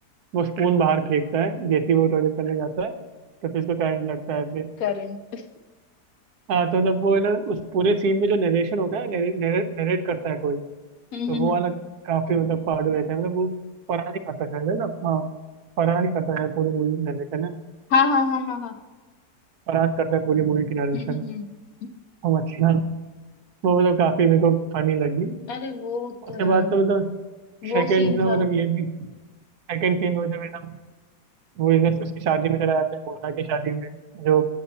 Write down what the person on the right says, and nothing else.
वो स्पून बाहर फेंकता है जैसे ही वो टॉयलेट करने जाता है तो फिर उसको करंट लगता है फिर
हाँ तो मतलब वो है ना उस पूरे सीन में जो नरेशन होता है नरेट करता है कोई
तो
वो
वाला काफी मतलब फाड़ू रहता है मतलब वो फरहान ही करता है शायद, है ना हाँ फरहान ही करता है पूरी मूवी नरेशन है ना
फरहान करता है पूरी मूवी की नरेशन
समझ गया। वो मतलब काफी मेरे को फनी लगी
उसके
बाद तो मतलब
सेकंड
तो
मतलब ये भी सेकंड सीन में जब है ना वो इधर उसकी शादी में चला जाता है मोना की शादी में जो